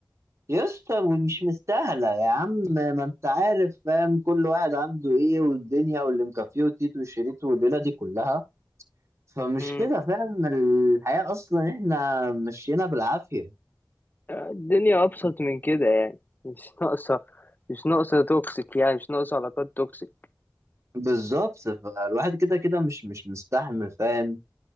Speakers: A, on the right; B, on the left.
A: يا اسطى ومش مستاهلة يا عم ما انت عارف فاهم كل واحد عنده ايه والدنيا واللي مكفيه وتيتو وشيريتو والليلة دي كلها فمش
B: مم.
A: كده فاهم الحياة اصلا احنا مشينا بالعافية
B: الدنيا ابسط من كده يعني مش ناقصة مش ناقصة توكسيك يعني مش ناقصة علاقات توكسيك
A: بالظبط فالواحد كده كده مش مش مستحمل فاهم